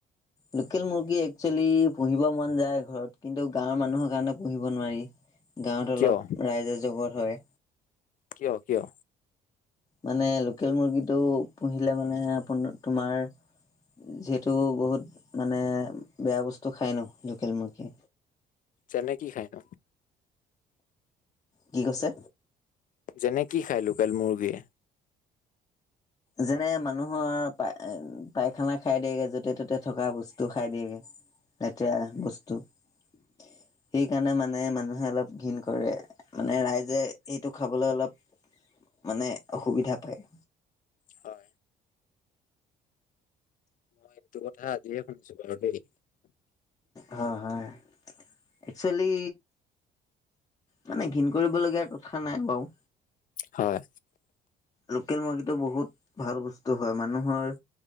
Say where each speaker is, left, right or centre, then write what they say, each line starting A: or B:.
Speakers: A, on the left (about 20°); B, on the left (about 50°).
A: লোকেল মুৰ্গী একচুৱেলী পহিব মন যায় ঘৰত কিন্তু গাঁৱৰ মানুহৰ কাৰণে পুহিব নোৱাৰি। গাঁৱত
B: কিয়
A: অলপ ৰাইজে জগত হয়।
B: কিয় কিয়?
A: মানে লোকেল মুৰ্গীটো পুহিলে মানে আপোন তোমাৰ যিহেতু বহুত মানে বেয়া বস্তু খাই ন লোকেল মূৰ্গী।
B: যেনে কি খাই ন?
A: কি কৈছে?
B: যেনে কি খাই লোকেল মুৰ্গীয়ে?
A: যেনে মানুহৰ পাই - পাইখানা খাই দিয়েগে য'তে - ত'তে থকা বস্তু খাই দিয়েগে। লেতেৰা বস্তু সেইকাৰণে মানে মানুহে অলপ ঘিণ কৰে। মানে ৰাইজে সেইটো খাবলৈ অলপ মানে অসুবিধা পায়।
B: হয়। মই এইটো কথা আজিয়ে শুনছো বাৰু দেই।
A: হ, হয়। একচুৱেলি, মানে ঘীণ কৰিবলগীয়া কথা নাই বাউ।
B: হয়।
A: লোকেল মুৰ্গীটো বহুত ভাল বস্তু হয়, মানুহৰ